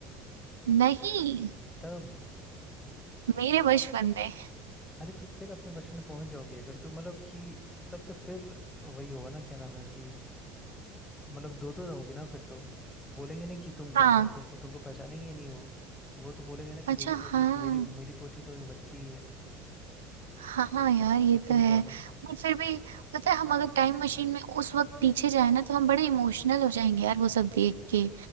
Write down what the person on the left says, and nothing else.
तब
अरे तो फिर अपने बचपन में पहुंच जाओगी अगर तो मतलब कि तब तो फिर वही होगा ना क्या नाम है कि मतलब दो दो रहोगी ना फिर तो बोलेंगे नहीं कि तुम
कौन हो तुमको तुमको पहचानेंगे ही नहीं वो वो तो बोलेंगे ना कि
मेरी पोती
मेरी मेरी पोती तो अभी बच्ची ही है
तो तुम
कौन हो